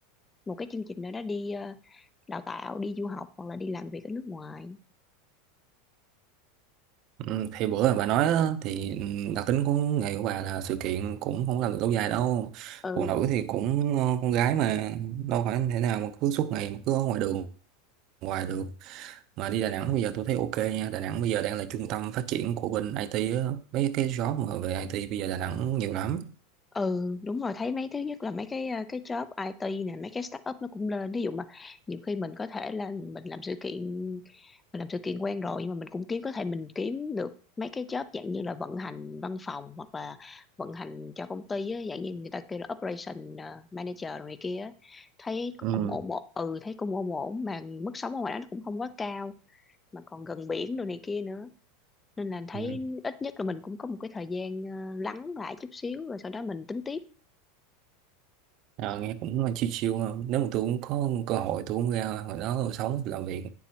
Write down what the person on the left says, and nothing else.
một cái chương trình nào đó đi ờ, đào tạo, đi du học hoặc là đi làm việc ở nước ngoài.
Ừ
Ừ đúng rồi thấy mấy thứ nhất là mấy cái ờ, cái job IT nè mấy cái startup nó cũng lên ví dụ mà nhiều khi mình có thể là mình làm sự kiện mình làm sự kiện quen rồi nhưng mà mình cũng kiếm có thể mình kiếm được mấy cái job dạng như là vận hành văn phòng hoặc là vận hành cho công ty á dạng như người ta kêu là operation ờ, manager rồi này kia á. thấy
cũng ổn ổn ừ thấy cũng ổn ổn mà mức sống ở ngoài đó nó cũng không quá cao mà còn gần biển đồ này kia nữa nên là thấy
ít nhất là mình cũng có một cái thời gian ờ, lắng lại chút xíu rồi sau đó mình tính tiếp